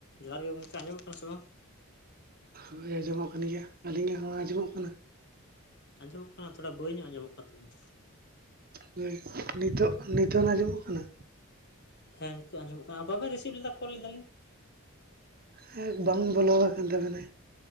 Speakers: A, on the left; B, on the right.
A: ᱡᱚᱦᱟᱨ ᱜᱮ ᱜᱚᱝᱠᱮ ᱟᱸᱡᱚᱢᱚᱜ ᱠᱟᱱᱟ ᱥᱮ ᱵᱟᱝ?
B: ᱦᱳᱭ ᱟᱸᱡᱚᱢᱚᱜ ᱠᱟᱱ ᱜᱮᱭᱟ ᱟᱹᱞᱤᱧᱟᱜ ᱦᱚᱸ ᱟᱸᱡᱚᱢᱚᱜ ᱠᱟᱱᱟ?
A: ᱟᱸᱡᱚᱢᱚᱜ ᱠᱟᱱᱟ ᱛᱷᱚᱲᱟ ᱵᱟᱹᱭ ᱧᱚᱜ ᱟᱸᱡᱚᱢᱚᱜ ᱠᱟᱱ ᱛᱟᱵᱤᱱᱟ
B: ᱦᱳᱭ ᱱᱤᱛᱚᱜ ᱱᱤᱛᱚᱜ ᱱᱟ ᱟᱸᱡᱚᱢᱚᱜ ᱠᱟᱱᱟ?
A: ᱦᱮᱸ ᱱᱤᱛᱚᱜ ᱟᱸᱡᱚᱢᱚᱜ ᱠᱟᱱᱟ ᱵᱟᱵᱮᱱ ᱨᱤᱥᱤᱵᱷ ᱞᱮᱫᱟ ᱠᱚᱞ ᱞᱮᱫᱟᱞᱤᱧ?
B: ᱦᱮᱸ ᱵᱟᱝ ᱵᱚᱞᱚ ᱟᱠᱟᱱ ᱛᱟᱵᱮᱱᱟ